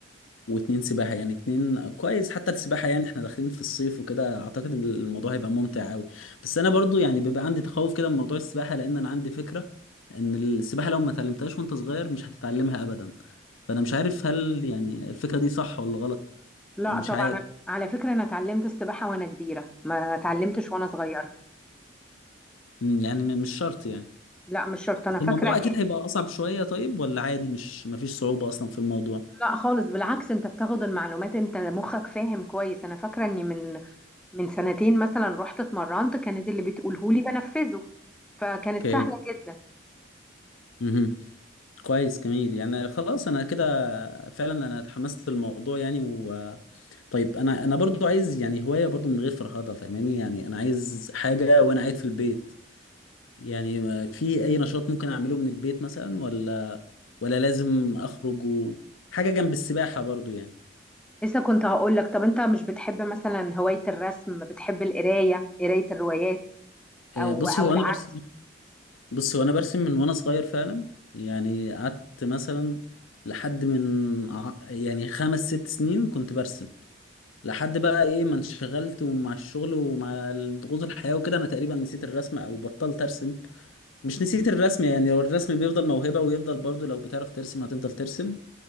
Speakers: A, on the left; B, in the centre.
A: واتنين سباحة يعني اتنين كويس حتى السباحة يعني احنا داخلين في الصيف وكده اعتقد ان الموضوع هيبقى ممتع قوي بس انا برضو يعني بيبقى عندي تخوف كده من موضوع السباحة لان انا عندي فكرة ان السباحة لو ما اتعلمتهاش وانت صغير مش هتتعلمها ابدا فانا مش عارف هل يعني الفكرة دي صح ولا غلط
B: لا
A: مش
B: طبعا
A: عارف
B: على فكرة أنا اتعلمت السباحة وأنا كبيرة ما اتعلمتش وأنا صغيرة
A: مم، يعني م- مش شرط يعني
B: لا مش شرط أنا
A: بس
B: فاكرة
A: الموضوع
B: إني
A: اكيد هيبقى اصعب شوية طيب ولا عادي مش مفيش صعوبة اصلا في الموضوع
B: لا خالص بالعكس أنت بتاخد المعلومات أنت مخك فاهم كويس أنا فاكرة إني من من سنتين مثلا رحت اتمرنت كانت اللي بتقوله لي بنفذه فكانت
A: اوكي
B: سهلة جدا
A: مهم. كويس جميل يعني خلاص انا كده فعلا انا اتحمست للموضوع يعني و طيب انا انا برضو عايز يعني هواية برضو من غير فرهضة فاهماني يعني انا عايز حاجة وانا قاعد في البيت يعني ما- في اي نشاط ممكن اعمله من البيت مثلا ولا ولا لازم اخرج و... حاجة جنب السباحة برضو يعني
B: لسه كنت هقول لك طب أنت مش بتحب مثلا هواية الرسم بتحب القراية قراية الروايات
A: آه،
B: أو
A: بصي
B: أو
A: هو
B: العزف
A: انا برسم بصي هو انا برسم من وانا صغير فعلا يعني قعدت مثلا لحد من ع- يعني خمس ست سنين كنت برسم لحد بقى ايه ما انشغلت ومع الشغل ومع ضغوط الحياة وكده انا تقريبا نسيت الرسم او بطلت ارسم مش نسيت الرسم يعني هو الرسم بيفضل موهبة ويفضل برضو لو بتعرف ترسم هتفضل ترسم